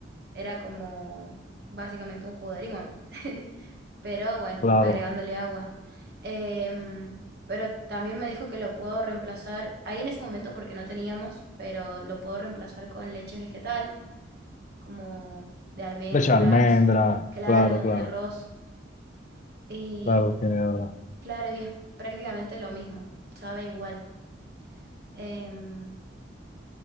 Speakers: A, on the right; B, on the left.
A: Era como básicamente un jugo de limón, <laughs> pero bueno,
B: Claro.
A: agregándole agua. Em, pero también me dijo que lo puedo reemplazar, ahí en ese momento porque no teníamos, pero lo puedo reemplazar con leche vegetal, como de almendras,
B: Leche de almendra.
A: claro,
B: Claro, claro.
A: de arroz. Y
B: Claro, tiene verdad.
A: claro, y es prácticamente lo mismo, sabe igual. Em,